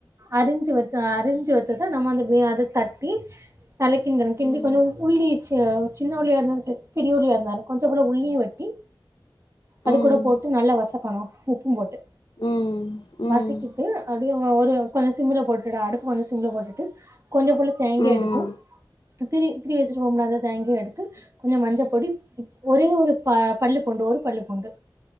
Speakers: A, on the right; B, on the left.
A: அரிஞ்சு வச்ச அரிஞ்சு வச்சத நம்ம வந்து வெ அத தட்டி களி கிண்டனு கிண்டி
B: ம்
A: கொஞ்சோ உள்ளி சி சின்ன உள்ளியாருந்தாலு சேரி பெரிய உள்ளியாருந்தாலு கொஞ்சோ போல உள்ளியு வெட்டி அதுக்கூட
B: ம்
A: போட்டு நல்லா வசக்கனு உப்பு போட்டு
B: ம் ம்
A: வசக்கிட்டு அப்டே ஒரு கொஞ்சோ சிம்முல போட்டுடா அடுப்ப கொஞ்சோ சிம்ல போட்டுட்டு கொஞ்சோ போல தேங்கேய்
B: ம்
A: எடுத்தும் திரி திரிவி வச்சிருவோம்ல அந்த தேங்கேய் எடுத்து கொஞ்சோ மஞ்சப் பொடி ஒரே ஒரு ப பல்லு பூண்டு ஒரு பல்லு பூண்டு